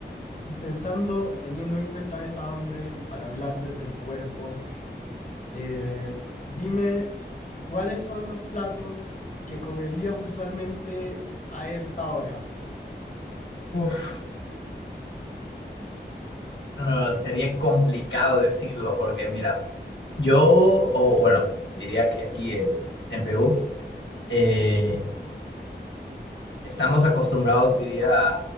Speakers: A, on the left; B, on the left.
A: Y pensando y teniendo en cuenta esa hambre y para hablar desde el cuerpo, eh, dime, ¿cuáles son los platos que comerías usualmente a esta hora?
B: Uf, no, sería complicado decirlo porque mira, yo, o bueno, diría que aquí en, en Perú eh, estamos acostumbrados, diría, a